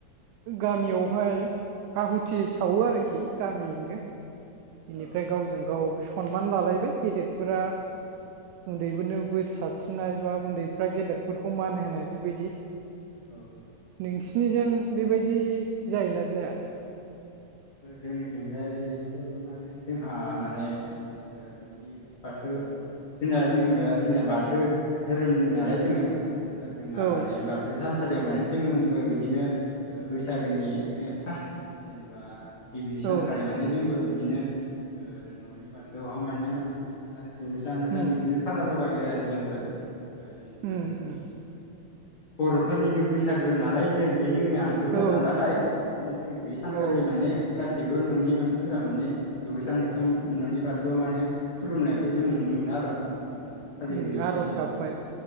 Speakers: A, on the right (about 85°); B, on the left (about 30°).
A: गामियावहाय आहुथि सावो आरोखि गामियैनो बेनिफ्राय
B: औ
A: गावजों गाव सनमान लालायबाय गेदेरफोरा उनदैफोरनो बोर सारस्रिनाय बा उनदैफ्रा गेदेरफोरखौ मान होनाय बेबायदि
B: औ
A: नोंसिनिजों बेबायदि जायोना जाया?
B: जोंनिथिंजायथ' माने जोंहा माने जेनबा जुदि बाथौ जोंना जोंबा जोंना बाथौ धोरोमनि नालाय जोङो जेनेबा जोंहा
A: औ
B: माने बाथौ थानसालियाव माने जोंबो बिदिनो बैसागोनि फार्स्ट जेनेबा गिबि सानखालि
A: औ
B: माने जोंबो बिदिनो ओ न'नि बाथौआवहा माने आरो दुगैस्रां लोबस्रां
A: उम
B: बिदिनो खाला लगाय आरो जोंबो जेनेबा
A: उम
B: जोंनि
A: उम
B: बर'फोरनिनो बैसागो नालाय जे बे जोंनि आंगोथार
A: औ
B: नालाय बिदिनो जोङो बे सानखालि
A: औ
B: माने गासैबो न'नि मानसिफोरा माने दुगैस्रां लोबस्रां न'नि बाथौयाव माने खुलुमनायखौ जों नुनो मोनो मोनो आरो जों माने फालिबोयो
A: ओम आर'ज
B: बिदिनो
A: गाबबाय